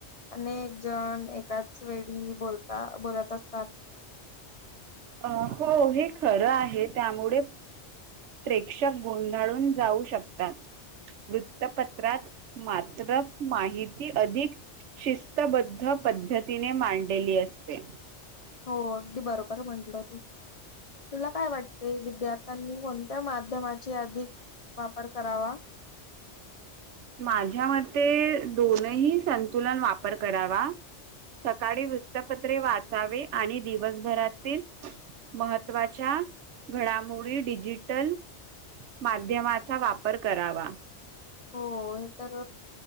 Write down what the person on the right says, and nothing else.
हो हे खरं आहे त्यामुळे प्रेक्षक गोंधळून जाऊ शकतात वृत्तपत्रात मात्र माहिती अधिक शिस्तबद्ध पद्धतीने मांडलेली असते
माझ्या मते दोनही संतुलन वापर करावा. सकाळी वृत्तपत्रे वाचावी, आणि दिवसभरातील महत्त्वाच्या घडामोडी डिजिटल. माध्यमाचा वापर करावा.